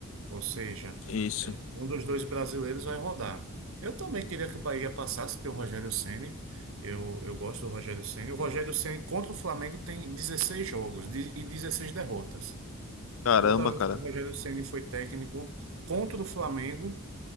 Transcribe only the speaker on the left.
Isso.
Caramba,
cara.